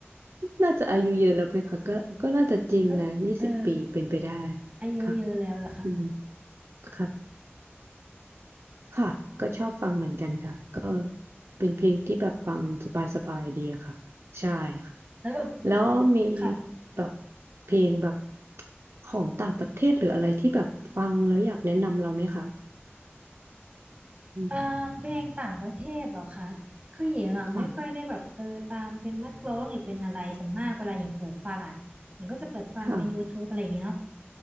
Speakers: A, on the right (about 70°); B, on the right (about 35°).
A: น่าจะอายุเยอะแล้วไหมคะก็ก็น่าจะจริงนะยี่สิบปีเป็นไปได้
B: ก็เอออายุเยอะแล้วล่ะค่ะ
A: ค่ะอืมค่ะค่ะก็ชอบฟังเหมือนกันค่ะก็เป็นเพลงที่แบบฟังสบายสบายดีอะค่ะใช่ค่ะ
B: แล้วแบบ
A: แล้วมี
B: ค่ะ
A: แบบเพลงแบบของต่างประเทศหรืออะไรที่แบบฟังแล้วอยากแนะนำเราไหมคะอืม
B: เอ่อเพลงต่างประเทศเหรอคะคือหญิงอ่ะไม่ค่อยได้แบบเออตามเป็นนักร้องหรือเป็นอะไรส่วนมากเวลาหญิงเปิดฟังอ่ะหญิงก็จะเปิดฟังในยูทูบอะไรอย่างงี้เนาะ
A: ค่ะค่ะ